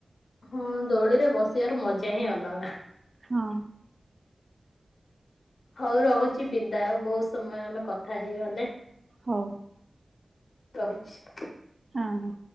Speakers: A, on the left (about 80°); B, on the right (about 50°).
A: ହଁ ଦୋଳି ରେ ବସିଆର ମଜା ହିଁ ଅଲଗା।
B: ହଁ।
A: ହଉ ରହୁଚି ବିଦାୟ, ବହୁତ୍ ସମୟ ଆମେ କଥା ହେଇଗଲେ।
B: ହଉ।
A: ରହୁଚି।
B: ହଁ।